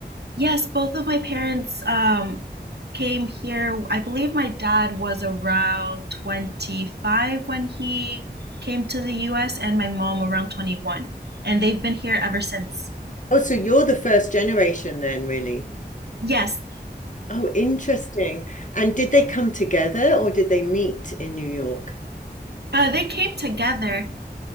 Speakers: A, on the right; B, on the left.
A: Yes, both of my parents um, came here. I believe my dad was around 25 when he came to the US, and my mom around 21. And they've been here ever since.
B: Oh, so you're the first generation then, really.
A: Yes,
B: Oh, interesting. And did they come together or did they meet in New York?
A: uh, they came together.